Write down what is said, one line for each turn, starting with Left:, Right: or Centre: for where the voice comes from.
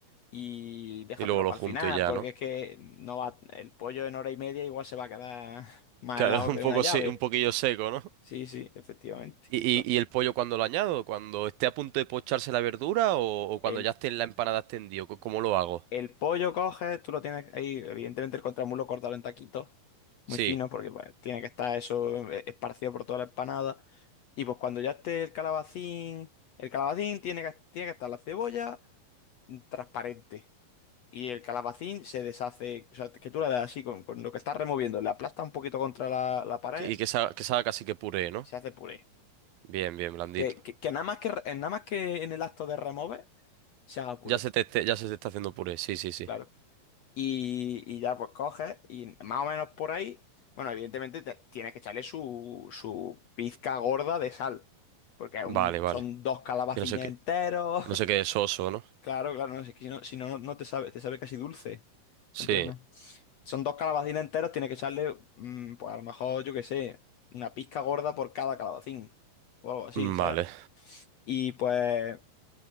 Left: y déjatelo
Right: Y luego lo
Left: para
Right: junto
Left: el final,
Right: y ya,
Left: porque
Right: ¿no?
Left: es que no va, el pollo en hora y media igual se va a quedar <laughs> más
Right: Claro,
Left: helado
Right: <laughs> un
Left: que
Right: poco,
Left: una llave.
Right: se- un poquillo seco, ¿no?
Left: Sí, sí, efectivamente.
Right: ¿Y,
Left: Entonces,
Right: y- y el pollo cuando lo añado? ¿Cuando esté a punto de pocharse la verdura o, o cuando
Left: el,
Right: ya esté en la empanada extendido? Co- ¿Cómo lo hago?
Left: el pollo coges, tú lo tienes ahí, evidentemente el contramulo cortado en taquitos, muy
Right: Sí,
Left: fino, porque pues, tiene que estar eso eh, esparcido por toda la empanada. Y pues cuando ya esté el calabacín, el calabacín tiene que, tiene que estar la cebolla transparente. Y el calabacín se deshace, o sea, que tú le das así con, con lo que estás removiendo, le aplastas un poquito contra la, la pared,
Right: sí, y que salga, que salga casi que puré, ¿no?
Left: se hace puré.
Right: Bien, bien, blandito.
Left: Que, que, que nada más que, re- nada más que en el acto de remover, se haga puré,
Right: Ya se te, esté- ya se te está haciendo puré, sí, sí, sí.
Left: claro. Y, y ya pues coges y más o menos por ahí, bueno, evidentemente te- tienes que echarle su, su pizca gorda de sal, porque es un-
Right: Vale, vale.
Left: son dos calabacines
Right: Que no sé qué,
Left: enteros,
Right: no sé qué es soso, ¿no?
Left: Claro, claro, no, si es que si no, si no, no te sabe, te sabe casi dulce,
Right: Sí,
Left: ¿entiendes? Son dos calabacines enteros, tiene que echarle, mm, pues a lo mejor, yo qué sé, una pizca gorda por cada calabacín, o algo así,
Right: mm,
Left: ¿sabes?
Right: vale.
Left: Y pues